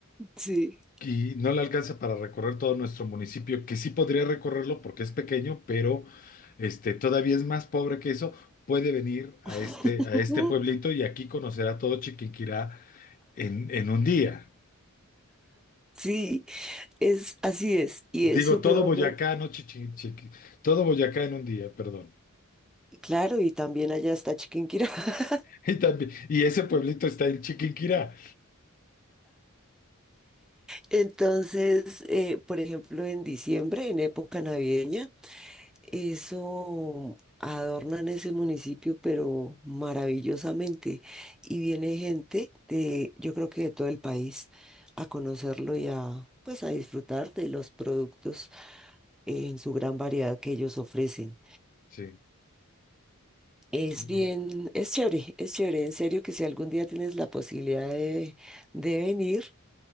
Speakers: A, in the centre; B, on the left (about 40°).
A: Sí.
B: y no le alcanza para recorrer todo nuestro municipio, que sí podría recorrerlo porque es pequeño, pero, este, todavía es más pobre que eso, puede venir a
A: <laughs>
B: este, a este pueblito y aquí conocerá todo Chiquinquirá en, en un día.
A: Sí, es así es, y es
B: Digo,
A: supremamente
B: todo Boyacá, no Chichi- Chiqui- todo Boyacá en un día, perdón.
A: claro, y también allá está Chiquinquirá. <laughs>
B: <laughs> Y también, y ese pueblito está en Chiquinquirá.
A: Entonces, eh, por ejemplo, en diciembre, en época navideña, Eso adornan ese municipio, pero maravillosamente. Y viene gente de, yo creo que de todo el país, a conocerlo y a, pues, a disfrutar de los productos en su gran variedad que ellos ofrecen.
B: Sí,
A: Es
B: mira,
A: bien, es chévere, es chévere. En serio que si algún día tienes la posibilidad de, de venir,